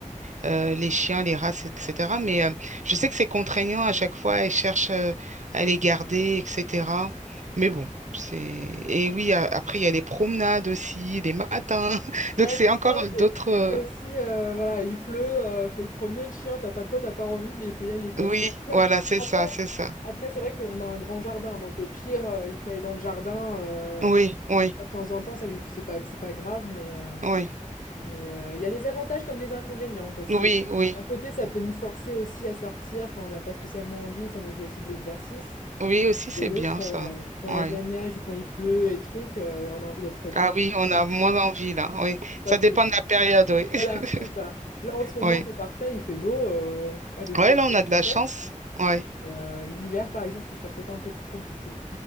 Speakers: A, on the right; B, on the left.
A: euh, les chiens, les races, etc. Mais euh, je sais que c'est contraignant à chaque fois, ils cherchent euh, à les garder, etc. Mais bon, c'est... Et oui, a- après, il y a les promenades aussi, les matins. <laughs>
B: Ouais,
A: Donc, c'est
B: c'est
A: encore
B: ça.
A: d'autres...
B: C'est
A: euh,
B: c'est aussi, euh, voilà, il pleut, euh, faut le promener le chien. T'as pas, toi, t'as pas envie, mais il faut y aller, quoi.
A: Oui, voilà, c'est
B: Après,
A: ça, c'est ça.
B: après c'est vrai qu'on a un grand jardin, donc au pire, euh, il peut aller dans le jardin. euh,
A: Oui, oui,
B: une fois de temps en temps, ça lui, c'est pas, c'est pas grave, mais euh,
A: oui.
B: mais euh, il y a des avantages comme des inconvénients, quoi. C'est,
A: Oui, oui.
B: d'un côté, ça peut nous forcer aussi à sortir quand on n'a pas spécialement envie, ça nous fait aussi de l'exercice.
A: Oui, aussi, c'est
B: De l'autre,
A: bien
B: euh,
A: ça.
B: quand
A: Oui.
B: il y a de la neige ou quand il pleut et trucs, euh, on a envie d'être tranquille.
A: Ah oui, on a moins envie là. Oui.
B: Ça,
A: Ça
B: c'est,
A: dépend de la période, oui.
B: voilà,
A: <laughs>
B: c'est ça. Là, en ce moment,
A: Oui.
B: c'est parfait, il fait beau, euh, allez se
A: Oui,
B: promener,
A: là, on a de
B: c'est
A: la
B: chouette.
A: chance. Oui.
B: Euh, l'hiver, par exemple, ça sera peut-être un peu plus compliqué.